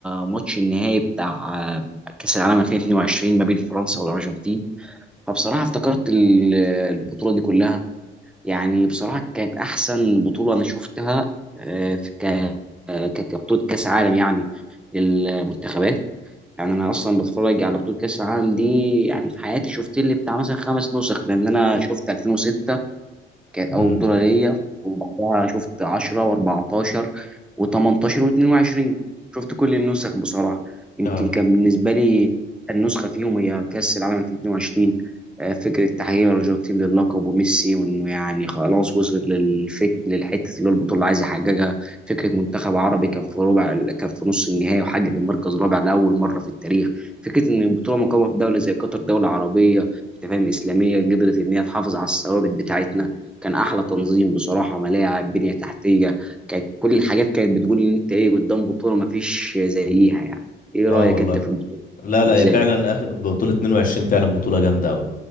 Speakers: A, in the centre; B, on the left.
A: ماتش النهائي بتاع آه، كأس العالم 2022 ما بين فرنسا والأرجنتين فبصراحة افتكرت ال- البطولة دي كلها يعني بصراحة كانت أحسن بطولة أنا شفتها آه، في ك- آه، ك- كبطولة كأس عالم يعني المنتخبات يعني أنا أصلا بتفرج على بطولة كأس العالم دي يعني في حياتي شفت لي بتاع مثلا خمس نسخ لأن أنا شفت 2006 كانت أول
B: امم
A: بطولة ليا وبعدها شفت 10 و14 و18 و22 شفت كل النسخ بصراحة يمكن
B: اه
A: كان بالنسبة لي النسخة فيهم هي كأس العالم 2022 آه، فكرة تحقيق الأرجنتين للقب وميسي وإنه يعني خلاص وصل للفك للحتة اللي هو البطولة اللي عايز يحققها فكرة منتخب عربي كان في ربع كان في نص النهائي وحقق المركز الرابع لأول مرة في التاريخ فكرة إن البطولة مقامة في دولة زي قطر دولة عربية أنت فاهم إسلامية قدرت إن هي تحافظ على الثوابت بتاعتنا كان احلى تنظيم بصراحه ملاعب بنيه تحتيه كانت كل الحاجات كانت بتقول ان انت ايه قدام بطوله ما فيش زيها يعني ايه
B: اه
A: رايك
B: والله
A: انت في البطوله
B: لا لا
A: ازاي
B: هي فعلا أخ... بطولة 22 فعلا بطولة جامدة قوي